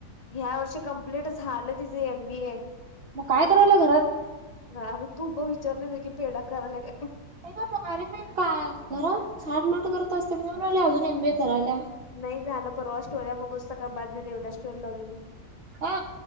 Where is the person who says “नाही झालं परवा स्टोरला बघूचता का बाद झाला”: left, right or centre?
Left